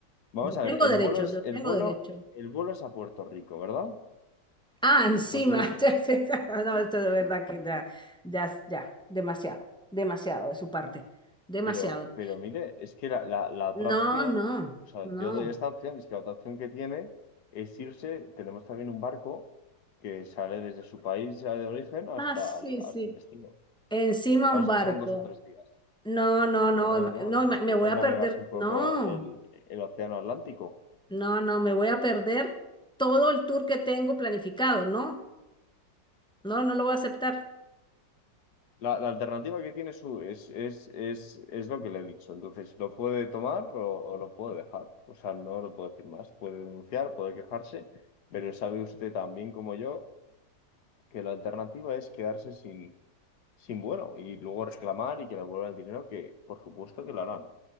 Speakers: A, on the left (about 65°); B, in the centre.
A: Vamos
B: Yo
A: a
B: tengo
A: ver, el
B: derecho,
A: vuelo es,
B: yo tengo
A: el vuelo,
B: derecho.
A: el vuelo es a Puerto Rico, ¿verdad?
B: Ah, encima.
A: Pues mire,
B: <laughs> Sí, sí, sí. No, esto de verdad que ya, ya, ya, demasiado, demasiado de su parte, demasiado.
A: pero, pero mire, es que la, la, la otra
B: No,
A: opción,
B: no,
A: o sea,
B: no.
A: yo doy esta opción, es que la otra opción que tiene es irse, tenemos también un barco que sale desde su país de origen hasta,
B: Ah, sí,
A: el-
B: sí.
A: hasta el destino.
B: Encima
A: Lo que pasa
B: un barco.
A: es que son dos o tres días.
B: No, no, no,
A: Bueno,
B: ima-
A: oiga,
B: no,
A: pues
B: ima- me
A: poder
B: voy a
A: navegarse
B: perder.
A: un poco
B: No,
A: el, el océano Atlántico.
B: no, no, me voy a perder todo el tour que tengo planificado. No, no, no lo voy a aceptar.
A: La, la alternativa que tiene su es, es, es, es lo que le he dicho. Entonces, ¿lo puede tomar o, o lo puede dejar? O sea, no lo puedo decir más. Puede denunciar, puede quejarse, pero sabe usted tan bien como yo que la alternativa es quedarse sin, sin vuelo y luego reclamar y que le vuelvan el dinero, que por supuesto que lo harán.